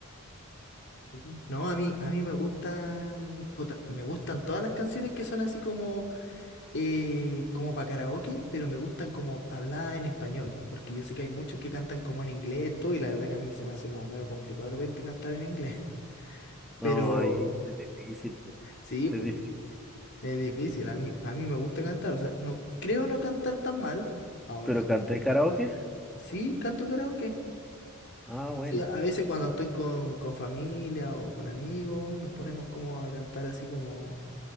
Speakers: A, on the left; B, in the centre.
A: Sí. No, a mí, a mí me gustan, puta, me gustan todas las canciones que son así como, eh, como para karaoke, pero me gustan como habladas en español, porque yo sé que hay muchos que cantan como en inglés todo, y la verdad que a mí se me hace como medio complicado de repente cantar en inglés, <laughs>
B: No,
A: pero
B: ahí es difícil, po,
A: sí, po,
B: es difícil.
A: es difícil, a mí, a mí me gusta cantar, o sea, no, creo no cantar tan mal, ahora,
B: ¿Pero canté karaoke?
A: sí, canto karaoke.
B: Ah, buena.
A: Sí, a veces cuando estoy con, con familia o con amigos, nos ponemos como a cantar así como